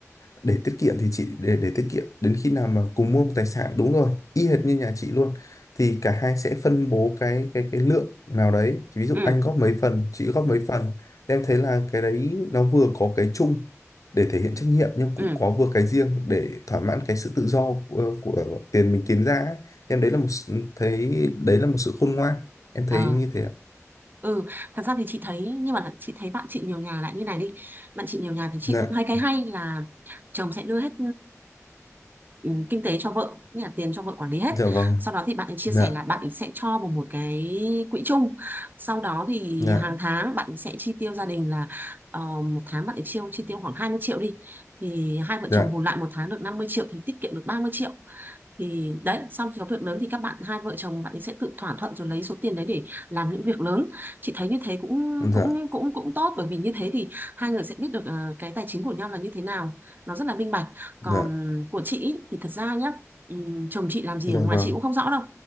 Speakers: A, on the left; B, on the right.
A: để tiết kiệm thì chị để để tiết kiệm đến khi nào mà cùng mua một tài sản đúng rồi y hệt như nhà chị luôn thì cả hai sẽ phân bố cái cái cái lượng nào đấy ví dụ
B: ừ
A: anh góp mấy phần chị góp mấy phần em thấy là cái đấy nó vừa có cái chung để thể hiện trách nhiệm nhưng cũng
B: ừ
A: có vừa cái riêng để thỏa mãn cái sự tự do của, của tiền mình kiếm ra ấy. em đấy là một s- thấy đấy là một sự khôn ngoan em thấy
B: ờ
A: như thế ạ
B: ừ thật ra thì chị thấy nhưng mà chị thấy bạn chị nhiều nhà lại như này đi bạn chị nhiều nhà thì chị
A: dạ
B: cũng hay cái hay là chồng sẽ đưa hết ừ, kinh tế cho vợ như là tiền cho vợ quản lý hết
A: dạ vâng
B: sau đó thì bạn ấy chia
A: dạ
B: sẻ là bạn ấy sẽ cho vào một cái quỹ chung sau đó thì
A: dạ
B: hàng tháng bạn ấy sẽ chi tiêu gia đình là ờ, một tháng bạn ấy chiêu chi tiêu khoảng 20 triệu đi thì hai vợ
A: dạ
B: chồng bù lại một tháng được 50 triệu thì tiết kiệm được ba mươi triệu thì đấy xong khi có việc lớn thì các bạn hai vợ chồng bạn ấy sẽ tự thỏa thuận rồi lấy số tiền đấy để làm những việc lớn chị thấy như thế cũng
A: dạ
B: cũng cũng cũng tốt bởi vì như thế thì hai người sẽ biết được ờ, cái tài chính của nhau là như thế nào nó rất là minh bạch
A: dạ
B: còn của chị ý, thì thật ra nhá ừm, chồng chị làm gì
A: dạ
B: ở ngoài
A: vâng
B: chị cũng không rõ đâu